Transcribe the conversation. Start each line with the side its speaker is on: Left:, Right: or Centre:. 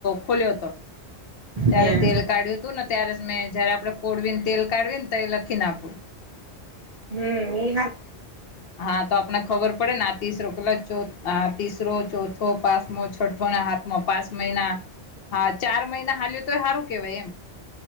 Left: ખોલ્યો હતો ત્યારે
Right: એમ
Left: તેલ કાઢ્યું હતું ને ત્યારે જ મેં જયારે આપડે પોળવીને તેલ કાઢવી ને તો એ લખી નાખું
Right: હમ એ હા
Left: હા તો આપને ખબર પડે ને આ તીસરો કેલા ચો તીસરો ચોથો પાંચમો છઠ્ઠો ને સા પાંચ મહિના હા ચાર મહિના હાલ્યો તો હારું કેવાય એમ